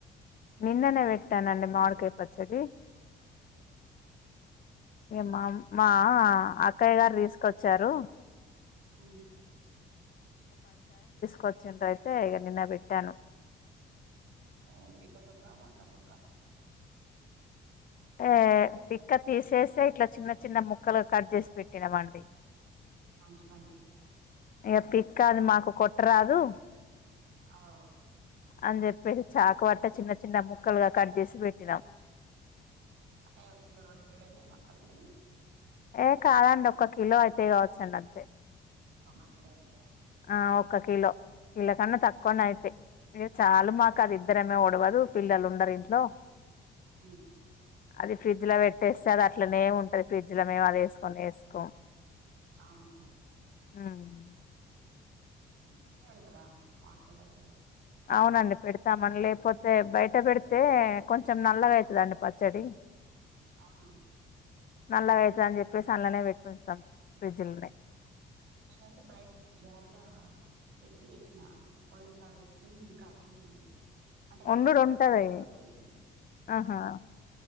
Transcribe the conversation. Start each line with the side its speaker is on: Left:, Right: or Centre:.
Left: నిన్ననే పెట్టానండి మావోడికాయ్ వచ్చడి
Right: మ్మ్
Left: ఇగ మా మా అక్కయ్య గారు తీసుకొచ్చారు
Right: మ్మ్
Left: కొచ్చిందయితే ఇగ నిన్న బెట్టాను
Right: ఏం పితతొక్కా వక్కతొకా
Left: ఆ పిక్క తీసేసే ఇట్లా చిన్న చిన్న ముక్కలుగ కట్ చేసి పెట్టినమండి
Right: మంచి పని చేసారు
Left: ఇగ పిక్ అది మాకు కొట్టరాదు
Right: అవ్
Left: అని చెప్పేసి చా ఒక పట్ట చిన్న చిన్న ముక్కలుగా కట్ చేసి పెట్టినాం
Right: అంటే ఓక్కిలో రెండు కిలోలయినయా వక్కలు మరి
Left: ఏ కాదండి ఒక్క కిలో అయితే కావచ్చండి అం
Right: ఒక్క కిలో ఐతాయా
Left: ఆ ఒక్క కిలో కిలో కన్న తక్కువనయితే ఇగ చాలు మాకదిద్దరమే ఉడవదు పిల్లలుండరు ఇంట్లో
Right: ఉమ్
Left: అది ఫ్రిడ్జ్ లో పెట్టేస్తే అది అట్లనే ఉంటది ఫ్రిడ్జ్ లో మేమది వేసుకొనే వేసుకోం
Right: అవునా
Left: మ్
Right: ఫ్రిజ్ లో పెడతార మావిడికాయ పచ్చడి
Left: అవునండి పెడతామని లేకపోతే బయట పెడితే కొంచెం నల్లగా ఐతుందండి పచ్చడి
Right: అవునా
Left: నల్లగా ఐతుదమణని చెప్పేసి అందులనే పెట్టి ఉంచుతాం ఫ్రిడ్జ్లోనే
Right: నేనైతే బయటనే జార్లా పెట్టి పెట్టినా పోయినసారి పెట్టింది ఇంకా అట్లనే ఉంది అంటే
Left: వండుడు
Right: కారం కలిపి
Left: ఉంటది
Right: పెడతా కాబట్టి
Left: ఆహా